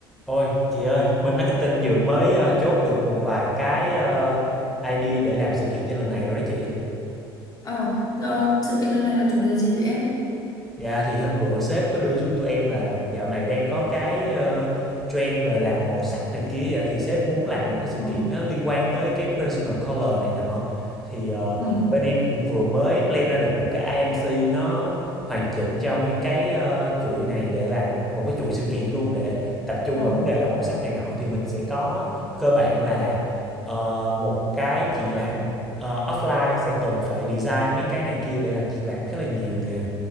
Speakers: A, in the centre; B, on the left.
A: Ôi, chị ơi, bên marketing vừa mới ờ, chốt được một vài cái ờ, idea để làm sự kiện cho lần này rồi đó chị.
B: Ờ, ờ, sự kiện lần này là chủ đề gì vậy em?
A: Dạ thì hôm bữa sếp có đưa xuống tụi em là dạo này đang có cái ờ, trend về làm màu sắc này kia vậy thì sếp muốn làm một cái sự
B: Ờ,
A: kiện nó liên quan tới cái personal color này nọ thì ờ,
B: ừ,
A: bên em cũng vừa mới plan ra được một cái IMC nó hoàn chỉnh cho nguyên cái ờ, chuỗi này để làm một cái chuỗi sự kiện luôn để tập trung
B: ờ,
A: vào vấn đề là màu sắc này nọ thì mình sẽ có cơ bản là ờ, một cái triển lãm ờ, offline sẽ cần phải design mấy cái này kia để làm triển lãm khá là nhiều nè